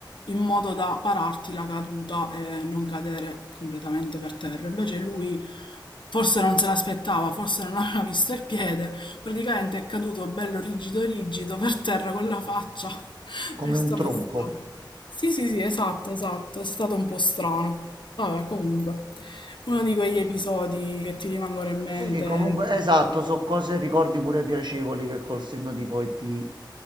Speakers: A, on the left; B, on the right.
A: in modo da pararti la caduta e non cadere completamente per terra. Invece lui forse non se l'aspettava, forse non <laughs> aveva visto il piede, praticamente è caduto bello rigido rigido per terra con la faccia. <laughs>
B: Come
A: È stato
B: un tronco.
A: strano. Sì, sì, sì, esatto, esatto, è stato un po' strano. Vabbè, comunque, uno di quegli episodi che ti rimangono in mente,
B: Sì, comunque, esatto, so cose e ricordi pure piacevoli che col senno di poi ti,